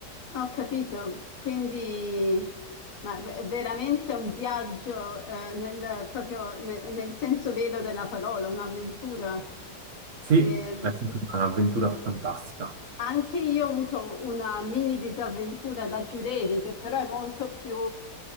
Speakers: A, on the left; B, on the right.
A: Ho capito, quindi ma è veramente un viaggio eh, nel, proprio nel, nel senso vero della parola, un'avventura.
B: Sì,
A: Ehm,
B: è stata un'avventura fantastica.
A: anche io ho avuto una mini disavventura da Chiureri, che però è molto più,